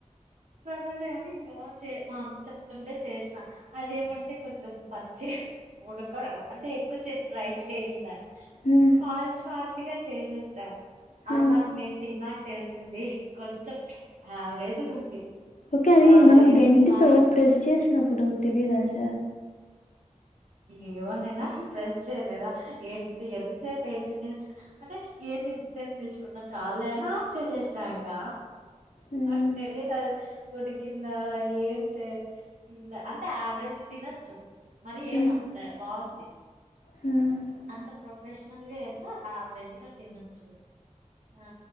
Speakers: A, on the right; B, on the left.
A: సరేలే అని ఇంకా మా అమ్మ చెప్ప తుంటే చేసిన అదేమంటే కొంచెం పచ్చి ఉడక అంటే ఎక్కువసేపు ఫ్రై చేయని ఇలా
B: హ్మ్
A: పాస్ట్ ఫాస్ట్ గా చేసేసా
B: హ్మ్
A: అది నాకు నేను తిన్నాక తెలిసింది కొంచెం యావరేజ్ ఉంది
B: ఓకే అది
A: వాళ్ళు
B: మనం
A: ఏం
B: గంటితో
A: తిన్నారు
B: ప్రెస్ చేసి అప్పుడు తెలీదు ఆశ
A: ఏమన్నయినా ఫ్రెష్ చేయలేదా ఏడ్ ఎంతసేపు ఏడ్ నిల్చు అంటే ఏంది ఎంతసేపు నిల్చుకున్నా చాలా అని ఆఫ్ చేసేసినా ఇంగ
B: హ్మ్
A: నాకు తెలిదు అది ఉడికిందా ఏం చే చుల్లా అంటే యావరేజ్ తినొచ్చు మ మరి
B: హ్మ్
A: ఏమంతలే బాగుంది
B: హ్మ్
A: అంత ప్రొఫెషనల్గా ఏందో యావరేజ్గా తినొచ్చు ఆ